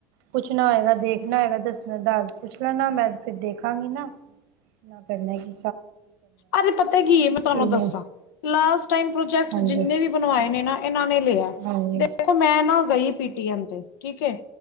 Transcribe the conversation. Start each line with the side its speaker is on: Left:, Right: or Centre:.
Right: ਪੁੱਛਣਾ ਹੋਏਗਾ, ਦੇਖਣਾ ਹੋਏਗਾ, ਦੱਸਣਾ ਦਸ ਪੁੱਛ ਲੈਣਾ ਮੈਂ ਫਿਰ ਦੇਖਾਂਗੀ ਨਾ, ਨਾ ਕਰਨਾ ਕਿ
Left: ਅੱਜ ਪਤਾ ਕੀ ਏ ਮੈਂ ਤੁਆਨੂੰ
Right: ਕਿਵੇਂ
Left: ਦੱਸਾਂ ਲਾਸਟ ਟਾਈਮ ਪ੍ਰੋਜੈਕਟਸ
Right: ਹਾਂਜੀ
Left: ਜਿੰਨੇ ਵੀ ਬਣਵਾਏ ਨੇ ਨਾ ਇਹਨਾਂ ਨੇ ਲਿਆ
Right: ਹਾਂਜੀ
Left: ਦੇਖੋ ਮੈਂ ਨਾ ਗਈ ਪੀਟੀ ਐਮ ਤੇ ਠੀਕ ਹੈ